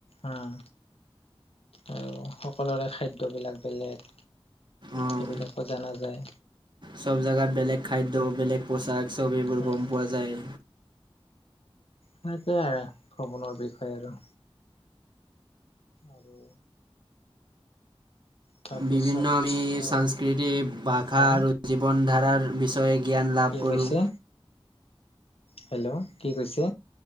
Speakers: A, on the left; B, on the right.
A: উম আৰু সকলোৰে খাদ্যবিলাক বেলেগ
B: অঁ
A: সেইবিলাকো জনা যায়।
B: চব জেগাত বেলেগ খাদ্য বেলেগ, পোছাক চব এইবোৰ
A: উম
B: গ'ম পোৱা যায়।
A: সনেকেই আৰু ভ্ৰমণৰ বিষয়ে আৰু। আৰু। তাৰপিছত
B: বিভিন্ন আমি
A: অ
B: সংস্কৃতি ভাষা
A: হা
B: আৰু জীৱন ধাৰাৰ। বিষয়ে। জ্ঞান লাভ
A: কি
B: কৰোঁ।
A: কৈছে হেল্ল' কি কৈছে?